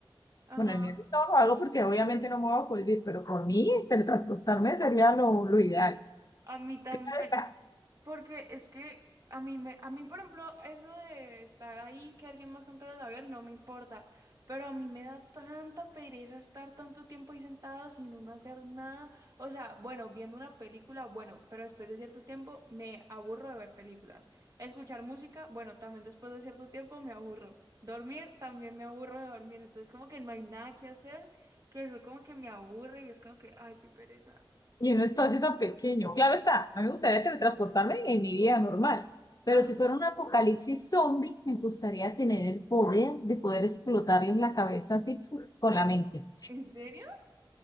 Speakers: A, on the right (about 45°); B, on the left (about 45°).
A: Ajá,
B: con el miedo y todo lo hago porque obviamente no me voy a cohibir, pero con mí teletransportarme sería lo, lo ideal.
A: a mí también.
B: Claro está,
A: Porque es que a mí me, a mí, por ejemplo, eso de estar ahí, que alguien más controle el avión, no me importa. Pero a mí me da tanta pereza estar tanto tiempo ahí sentado sin uno hacer nada. O sea, bueno, viendo una película, bueno, pero después de cierto tiempo me aburro de ver películas. Escuchar música, bueno, también después de cierto tiempo me aburro. Dormir, también me aburro de dormir. Entonces, como que no hay nada que hacer, que eso como que me aburre y es como que, ay, qué pereza.
B: y en un espacio tan pequeño. Claro está, a mí me gustaría teletransportarme en mi vida normal. Pero
A: Ah,
B: si fuera un apocalipsis zombie, me gustaría tener el poder de poder explotarles la cabeza así ¡puf! con la mente.
A: ¿en serio?